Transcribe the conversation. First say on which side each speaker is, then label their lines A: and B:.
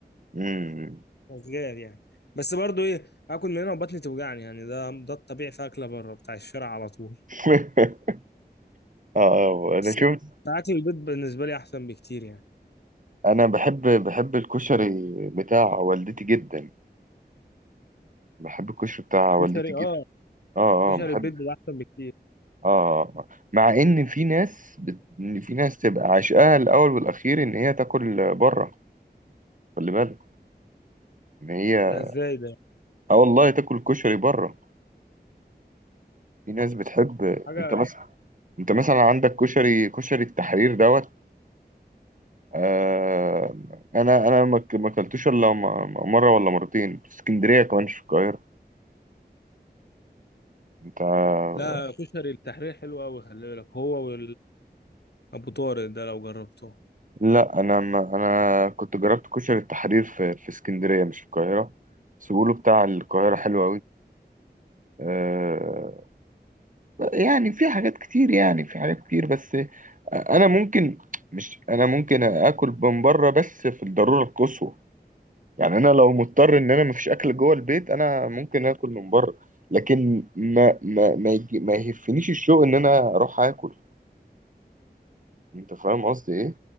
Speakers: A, on the right (about 50°); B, on the left (about 75°).
A: امم
B: شغال يعني بس برضو ايه اكل من هنا وبطني توجعني يعني ده ده الطبيعي في اكله بره بتاع الشارع على طول
A: <laughs>
B: <laughs>
A: اه انا
B: بس
A: شفت
B: اكل البيت بالنسبه لي احسن بكتير يعني
A: انا بحب بحب الكشري بتاع والدتي جدا بحب الكشري بتاع والدتي
B: كشري
A: جدا
B: اه
A: اه
B: كشري
A: اه بحب
B: البيت ده احسن بكتير
A: اه مع ان في ناس بت... إن في ناس تبقى عشقها الاول والاخير ان هي تاكل بره خلي بالك ان هي
B: ده ازاي ده
A: اه والله تاكل كشري بره في ناس بتحب
B: حاجه
A: انت مثلا انت مثلا عندك كشري كشري التحرير دوت آه... انا انا ما ك- ما اكلتوش الا م- م- مره ولا مرتين في اسكندريه كمان مش في القاهره انت آه،
B: لا كشري التحرير حلو قوي خلي بالك هو وابو طارق ده لو جربته
A: لا انا ما... انا كنت جربت كشري التحرير في في اسكندريه مش في القاهره بس بيقولوا بتاع القاهره حلو قوي يعني في حاجات كتير يعني في حاجات كتير بس انا ممكن مش انا ممكن اكل من بره بس في الضروره القصوى يعني انا لو مضطر ان انا مفيش اكل جوه البيت انا ممكن اكل من بره لكن ما ما ما, يجي ما يهفنيش الشوق ان انا اروح اكل انت فاهم قصدي ايه